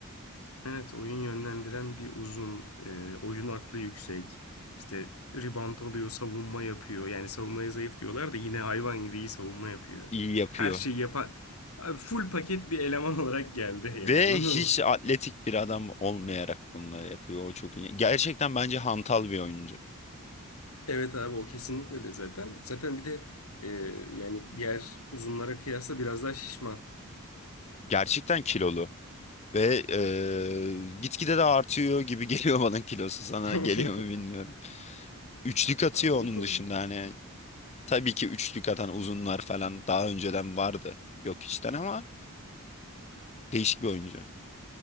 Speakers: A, on the left; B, on the left.
A: Evet, oyun yönlendiren bir uzun, e, oyun aklı yüksek. İşte rebound oluyor, savunma yapıyor. Yani savunmaya zayıf diyorlar da yine hayvan gibi iyi savunma yapıyor.
B: İyi yapıyor.
A: Her şeyi yapan, abi full paket bir eleman <laughs> olarak geldi
B: Ve
A: yani anladın
B: hiç
A: mı?
B: atletik bir adam olmayarak bunları yapıyor. O çok iyi. Gerçekten bence hantal bir oyuncu.
A: Evet abi o kesinlikle öyle zaten. Zaten bir de e, yani diğer uzunlara kıyasla biraz daha şişman.
B: Gerçekten kilolu. Ve eee gitgide de artıyor gibi <laughs> geliyor bana kilosu sana
A: <laughs>
B: geliyor mu bilmiyorum. Üçlük atıyor
A: Abi
B: onun
A: o konu.
B: dışında hani tabii ki üçlük atan uzunlar falan daha önceden vardı. Yok içten ama değişik bir oyuncu.